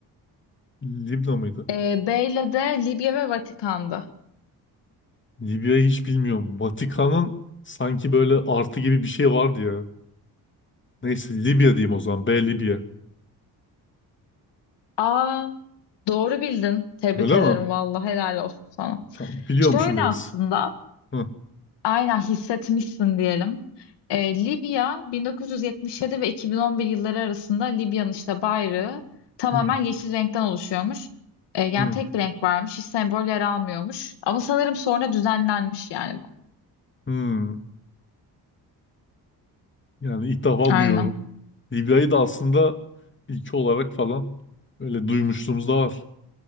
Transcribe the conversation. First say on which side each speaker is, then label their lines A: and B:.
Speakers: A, on the left (about 30°); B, on the left (about 85°).
A: Libya mıydı?
B: ee, B ile D. Libya ve Vatikan'dı.
A: Libya'yı hiç bilmiyorum. Vatikan'ın sanki böyle artı gibi bir şey vardı ya. Neyse Libya diyeyim o zaman. B Libya.
B: A. Doğru bildin. Tebrik
A: Öyle
B: ederim
A: mi?
B: vallahi helal olsun sana.
A: Tamam, biliyormuşum
B: Şöyle
A: biraz.
B: aslında
A: Hı,
B: Aynen hissetmişsin diyelim. Ee, Libya 1977 ve 2011 yılları arasında Libya'nın işte bayrağı tamamen
A: hı,
B: yeşil renkten oluşuyormuş. Ee, yani
A: hı,
B: tek bir renk varmış, hiç sembol yer almıyormuş. Ama sanırım sonra düzenlenmiş yani bu.
A: hı. Yani ilk defa
B: Aynen.
A: duyuyorum. Libya'yı da aslında ilki olarak falan böyle duymuşluğumuz da var.